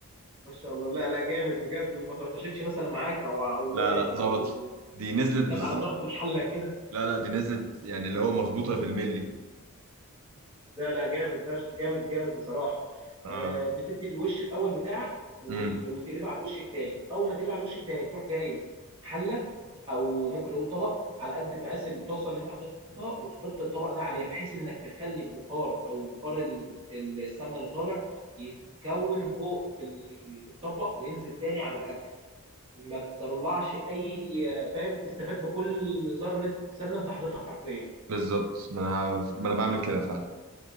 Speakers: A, on the right; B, on the right.
A: ما شاء الله لا لا جامد بجد وما طرطشتش مثلا معاك او او
B: لا
A: وقعت
B: لا
A: او
B: ظبط دي نزلت بالظبط
A: جت على طرف الحله كده
B: لا لا دي نزلت يعني اللي هو مظبوطه بالملي
A: لا لا جامد فش- جامد جامد بصراحه
B: اه
A: آه، بتدي الوش الاول بتاعك وال-
B: امم
A: وتقلبها على الوش الثاني اول ما تقلبها على الوش الثاني تروح جايب حله او ممكن نقول طبق على قد مقاس الطاسه اللي انت حاططها وتحط الطبق ده عليها بحيث انك تخلي البخار او بخار ال- ال- السمنه اللي طالع يتكون فوق في ال- في الطبق وينزل تاني على الاكل ما تطلعش اي فاهم تستفاد بكل ذره سمنه انت حاططها حرفيا
B: بالظبط ما انا ما انا بعمل كده فعلا